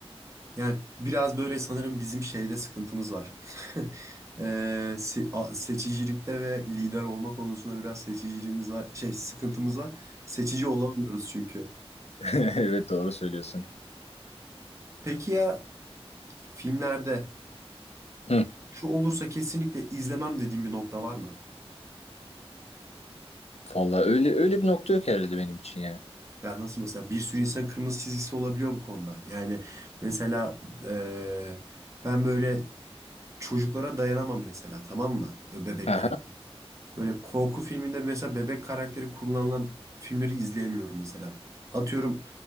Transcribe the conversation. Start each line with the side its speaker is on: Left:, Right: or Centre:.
Right: Yani biraz böyle sanırım bizim şeyde sıkıntımız var. <laughs> Ee, se- a- seçicilikte ve lider olma konusunda biraz seçiciliğimiz var. Şey sıkıntımız var. Seçici olamıyoruz çünkü.
Left: <laughs> Evet doğru söylüyorsun.
Right: Peki ya filmlerde
Left: Hı,
Right: şu olursa kesinlikle izlemem dediğim bir nokta var mı?
Left: vallahi öyle öyle bir nokta yok herhalde benim için ya.
Right: Ya nasıl mesela bir sürü insan kırmızı çizgisi olabiliyor bu konuda. Yani mesela ee, ben böyle çocuklara dayanamam mesela tamam mı? Böyle Bebeklere
Left: Aha,
Right: Böyle korku filminde mesela bebek karakteri kullanılan filmleri izleyemiyorum mesela. Atıyorum